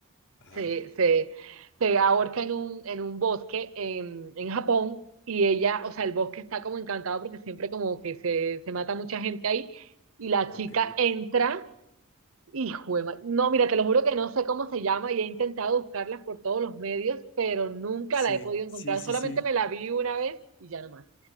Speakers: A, on the left (about 60°); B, on the right (about 70°).
A: ajá,
B: se, se, se ahorca en un, en un bosque en, en Japón y ella, o sea, el bosque está como encantado porque siempre como que se, se mata mucha gente ahí y la chica
A: ok, ok.
B: entra. Hijo de ma- No, mira, te lo juro que no sé cómo se llama y he intentado buscarla por todos los medios, pero nunca
A: Sí,
B: la he podido
A: sí,
B: encontrar.
A: sí,
B: Solamente
A: sí,
B: me la vi una vez y ya no más.